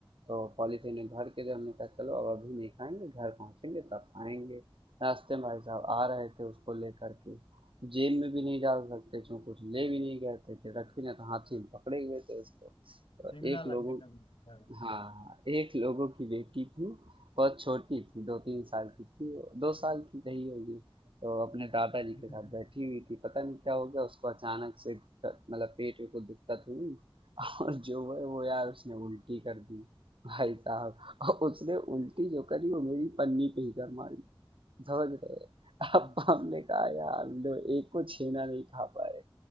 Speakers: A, on the right; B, on the left.
A: तो पॉलीथीन में भर के जब हमने कहा चलो अब अभी नहीं खाएंगे घर पहुंचेंगे तब खाएंगे रास्ते में भाई साहब आ रहे थे उसको लेकर के जेब में भी नहीं डाल सकते क्यों कुछ ले भी नहीं गए थे कि रखी ना तो हाथी में पकड़े हुए थे उसको तो
B: चिमड़ा
A: एक
B: लगने
A: लोगों
B: का भी डर है।
A: हाँ एक लोगों की बेटी थी बहुत छोटी थी दो तीन साल की थी दो साल की रही होगी तो अपने दादाजी
B: हम्म,
A: के साथ बैठी हुई थी पता नहीं क्या हो गया उसको अचानक से दिक्कत- मतलब पेट में कुछ दिक्कत हुई <laughs> और जो है वो यार उसने उल्टी कर दी भाई साहब और उसने उल्टी जो करी वो मेरी पन्नी पे ही कर मारी समझ रहे अब
B: हम्म,
A: हमने कहा यार लो एक को छेना नहीं खा पाए